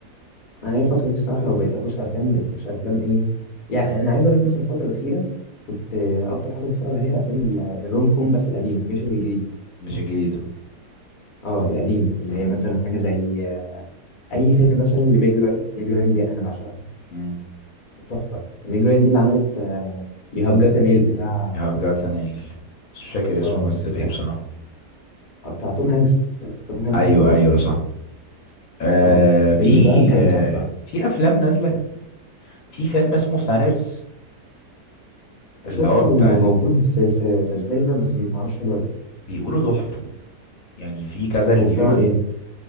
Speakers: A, on the left; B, on the left.
A: انا هي الفتره دي الصراحه لو بقيت اخش افلام بقيت اخش افلام ايه يعني انا عايز اقول لك مثلا الفتره الاخيره كنت آه، اكتر حاجه بتفرج عليها الافلام ال- الروم كوم بس القديمه مش الجديده
B: مش الجديدة
A: اه القديمه اللي
B: امم
A: هي مثلا حاجه زي آه، اي فيلم مثلا لميج راين ميج راين دي انا بعشقها
B: امم
A: تحفه ميج راين دي اللي عملت يو هاف جات ميل بتاع
B: You have got an ale بس مش فاكر
A: اه
B: اسم الممثل
A: بتاع
B: ايه بصراحة
A: آه، بتاع توم هانكس توم هانكس
B: ايوه
A: اه
B: ايوه صح آه
A: اه الفيلم
B: في
A: ده كان
B: آه
A: تحفه
B: في افلام نازلة في فيلم اسمه سانرس اللي
A: شفته
B: هو بتاع ال...
A: موجود في في, في السينما بس ما اعرفش حلو ولا
B: بيقولوا تحفة يعني في كذا
A: لأ. طب
B: ريفيور
A: هو بيتكلم عن ايه